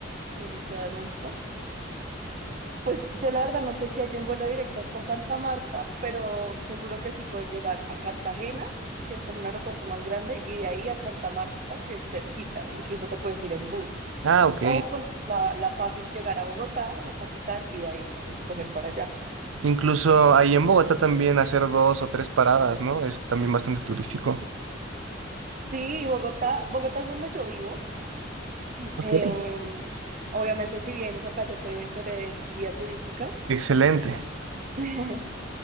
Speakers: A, on the right (about 40°); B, on the right (about 85°).
A: Desde Ciudad de México. Pues yo la verdad no sé si hay un vuelo directo hasta Santa Marta, pero seguro que sí puedes llegar a Cartagena, que es como un aeropuerto más grande, y de ahí a Santa Marta, que es cerquita. Incluso te puedes ir en bus.
B: Ah, ok.
A: O pues la, la fácil llegar a Bogotá, la capital, y de ahí pues coger para allá.
B: Incluso ahí en Bogotá también hacer dos o tres paradas, ¿no? Es también bastante turístico.
A: Sí, Bogotá, Bogotá es donde yo vivo.
B: Ok,
A: Em, obviamente, si vienes acá, yo te seré guía turística.
B: Excelente.
A: <laughs>